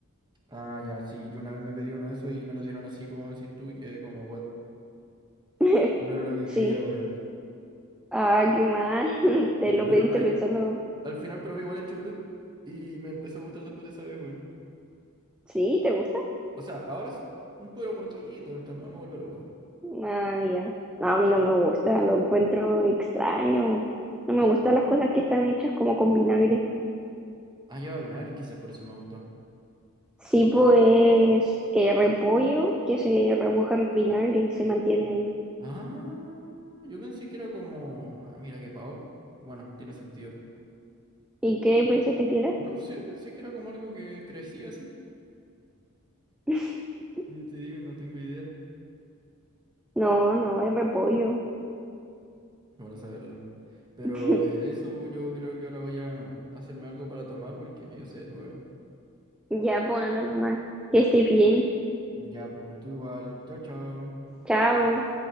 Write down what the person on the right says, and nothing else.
Ah, ya, sí, yo una vez me pedí uno de esos y me lo dieron así como decís tú y que como, what,
no era lo que quería, weón.
Sí,
pero
ay,
al final probé igual el chucrut y me empezó a gustar después de esa vez, weón.
O sea, ahora sí, pero poquito, entonces me vuelve loco.
Ah, lleva vinagre, quizás por eso me gustó.
Ah, yo pensé que era como, ah, mira qué pavo. Bueno, tiene sentido.
No sé, pensé que era como algo que crecía así.
Yo te digo, no tengo idea.
Bueno saberlo. Pero
eh, eso yo creo que ahora voy a hacerme algo para tomar porque medio sed, weón.
Ya, pues, tú igual. Chao, chao.